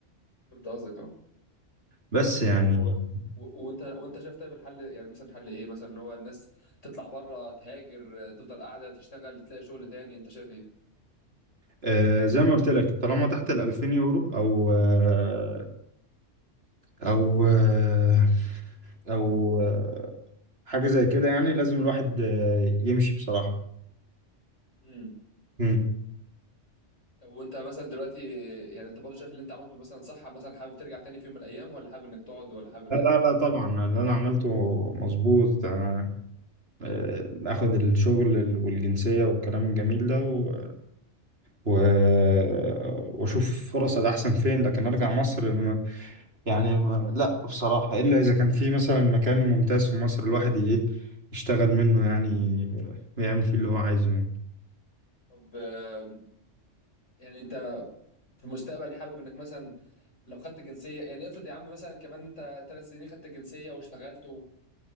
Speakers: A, on the left; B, on the right.
A: فهمت قصدك اه
B: بس يعني
A: طب و... و... وانت وانت شايف طيب الحل يعني مثلا حل ايه مثلا ان هو الناس تطلع بره تهاجر تفضل قاعده تشتغل تلاقي شغل تاني انت شايف ايه
B: آه زي ما قلت لك طالما تحت ال 2000 يورو او آه او آه او آه حاجه زي كده يعني لازم الواحد آه يمشي بصراحه
A: امم
B: مم.
A: طب وانت مثلا دلوقتي يعني انت برضه شايف اللي انت عملته مثلا صح مثلا حابب ترجع تاني في يوم من الايام ولا حابب انك تقعد ولا حابب انك
B: لا لا لا طبعا اللي انا عملته مظبوط آه آه، اخد الشغل والجنسيه والكلام الجميل ده و... و... آه، واشوف فرص احسن فين لكن ارجع مصر يعني ما لا بصراحة إلا إذا كان في مثلا مكان ممتاز في مصر الواحد إيه يشتغل منه يعني ويعمل فيه اللي هو عايزه يعني
A: طب آم، يعني انت في المستقبل حابب انك مثلا لو خدت جنسيه يعني افرض يا عم مثلا كمان انت ثلاث سنين خدت جنسيه واشتغلت